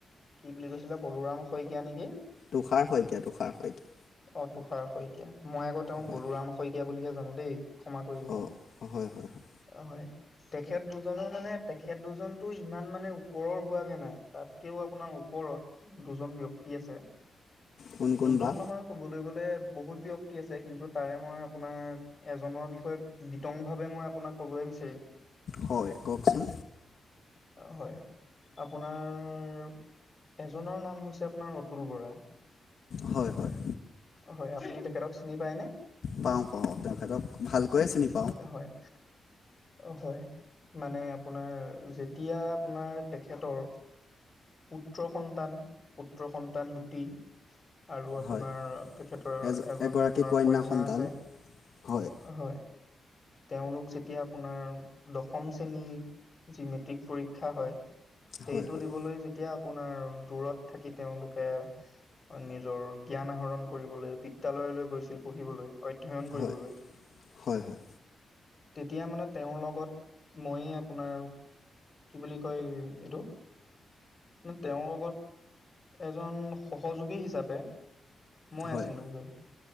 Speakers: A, on the left; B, on the left.
A: কি বুলি কৈছিলে বলোৰাম শইকীয়া নেকি?
B: তোষাৰ শইকীয়া, তোষাৰ শইকীয়া।
A: অ' তুষাৰ শইকীয়া। মই আকৌ তেওঁক
B: হয়
A: বলোৰাম শইকীয়া বুলিহে জানো দেই। ক্ষমা কৰিব।
B: অঁ
A: অ'
B: হয় হয় হয়
A: হয়, তেখেত দুজনৰ মানে তেখেত দুজনতো ইমান মানে ওপৰৰ হোৱাগে না তাতকেও আপোনাৰ ওপৰত উম দুজন ব্যক্তি আছে
B: কোন কোন
A: দুজন
B: বা?
A: নহয় ক'বলৈ গ'লে বহুত ব্যক তি আছে কিন্তু তাৰে মই আপোনাৰ এজনৰ বিষয়ে বিতং ভাৱে মই আপোনাক কবলৈ বিচাৰিম।
B: হয়, কওকচোন?
A: অ হয়, আপোনাৰ এজনৰ নাম হৈছে আপোনাৰ অতুল বৰা।
B: হয় হয়।
A: হয়, আপুনি তেখেতক চিনি পায়নে?
B: পাওঁ পাওঁ, তেখতক ভালকৈয়ে চিনি পা
A: হয়। অ হয়, মানে আপোনাৰ যেতিয়া আপোনৰ তেখেতৰ পুত্ৰ সন্তান, পুত্ৰ সন্তান দুটি আৰু আপোনাৰ
B: হয়।
A: তেখেতৰ
B: এজ
A: এজনী
B: এগৰাকী
A: আপোনাৰ কন্যা
B: সন্তান
A: আছে,
B: হয়
A: হয়। তেওঁলোক যেতিয়া আপোনাৰ দশম শ্ৰেণীৰ যি মেট্ৰিক পৰীক্ষা হয় সেইটো
B: হয় হয়
A: দিবলৈ যেতিয়া আপোনাৰ দূৰত থাকি তেওঁলোকে নিজৰ জ্ঞান আহৰণ কৰিবলৈ বিদ্যালয়লৈ গৈছিল পঢ়িবলৈ, অধ্যয়ন কৰিবলৈ
B: হয় হয় হয়।
A: তেতিয়া মানে তেওঁৰ লগত ময়ে আপোনাৰ কি বুলি কয় এইটো নে তেওঁৰ লগত এজন সহযোগী হিচাপে মই
B: হয়
A: আছিলোগৈ।